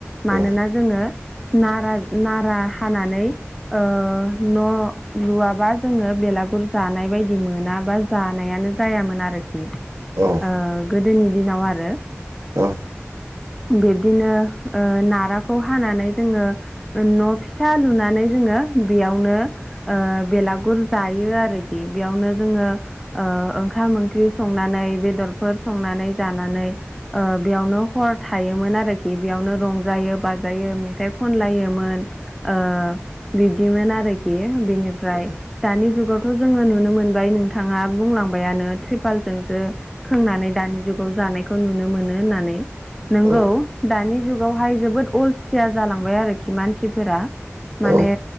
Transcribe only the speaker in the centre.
मानोना
जोङो नारा नारा हानानै ओ न' लुवाबा जोङो बेलागुर जानाय बायदि मोना बा जानायानो जायामोन आरोखि।
ओ गोदोनि दिनाव आरो
बिबदिनो ओ नाराखौ हानानै जोङो न' फि सा लुनानै जोङो बेयावनो ओ बेलागुर जायो आरोखि बेयावनो जोङो ओ ओंखाम-ओंख्रि संनानै बेदरफोर संनानै जानानै ओ बेयावनो हर थायोमोन आरोखि बेयावनो रंजायो बाजायो मेथाइ खनलायोमोन ओ बिब्दिमोन आरोखि बिनिफ्राय
दानि जुगावथ' जोङो नुनो मोनबाय नोंथाङा बुंलांबायानो त्रिपालजोंसो खोंनानै दानि जुगाव जानायखौ नुनो मोनो होननानै नोंगौ
दानि जुगावहाय जोबोद अलसिया जालांबाय आरोखि मानसिफोरा माने